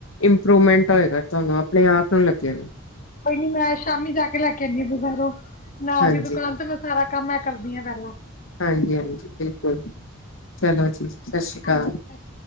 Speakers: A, on the left; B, on the left.
A: ਇੰਪਰੂਵਮੈਂਟ ਹੋਏਗਾ ਤੁਹਾਨੂੰ ਆਪਣੇ ਆਪ ਨੂੰ ਲੱਗੇਗਾ।
B: ਕੋਈ ਨੀ ਮੈਂ ਸ਼ਾਮੀ ਜਾ ਕੇ ਲੈ ਕੇ ਆਉਣੀ ਆ ਬਾਜ਼ਾਰੋਂ। ਨਾਲ਼
A: ਹਾਂਜੀ
B: ਦੀ ਦੁਕਾਨ ਮੈਂ ਸਾਰਾ ਕੰਮ ਮੈਂ ਕਰਦੀ ਆ ਪਹਿਲਾਂ।
A: ਹਾਂਜੀ ਹਾਂਜੀ ਬਿਲਕੁਲ ਚਲੋ ਜੀ, ਸਸਰੀ ਕਾਲ।
B: ਹਾਂਜੀ ਸਤਿ ਸ਼੍ਰੀ